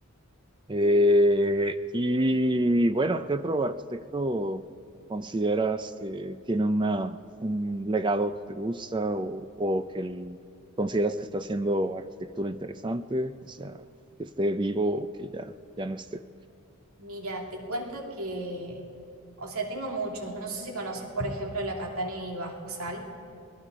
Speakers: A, on the right; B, on the right.
A: Eh, y bueno, ¿qué otro arquitecto consideras que tiene una, un legado que te gusta o, o que el- consideras que está haciendo arquitectura interesante? O sea, que esté vivo o que ya, ya no esté.
B: Mira, te cuento que, o sea, tengo muchos, no sé si conoces, por ejemplo, la Catania y Basal.